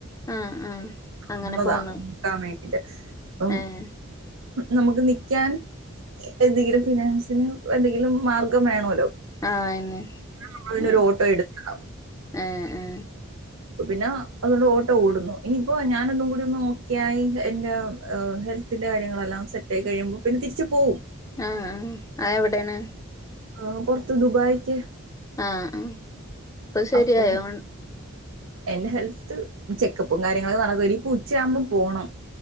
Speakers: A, on the left; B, on the right.
A: ആഹ് ആഹ് അങ്ങനെ
B: വന്നതാ
A: പോന്നു
B: നിക്കാൻ വേണ്ടിട്ട് അപ്പം-
A: ഏഹ്
B: നമുക്ക് നിക്കാൻ എന്തെങ്കിലും ഫിനാൻസിന് എന്തെങ്കിലും മാർഗം വേണോല്ലോ
A: ആഹ് ഇന്ന്
B: നമ്മളതിനൊരു
A: ഉം
B: ഓട്ടോ എടുക്കാം
A: ഏ ഏ
B: അപ്പ പിന്നെ അതുകൊണ്ട് ഓട്ടോ ഓടുന്നു ഇനിയിപ്പോ ഞാനൊന്നും കൂടി ഒന്ന് ഓക്കെ ആയി എന്റെ ഹെൽത്ത് - ത്തിന്റെ കാര്യങ്ങളെല്ലാം സെറ്റായി കഴിയുമ്പോ പിന്നെ തിര്ച്ച്പോവും
A: ആഹ് ആഹ് അത് എവിടെയാണ്
B: ആഹ് പൊറ്ത്ത് ദുബായ്ക്ക്
A: ആഹ് ആഹ് ഇപ്പൊ ശരിയായോ
B: അപ്പോ
A: വൺ -
B: എന്റെ ഹെൽത്ത് ചെക്കപ്പും കാര്യങ്ങളൊക്കെ നടന്നു വരുന്നു ഇനി ഇപ്പൊ ഉച്ചയാകുമ്പം പോണം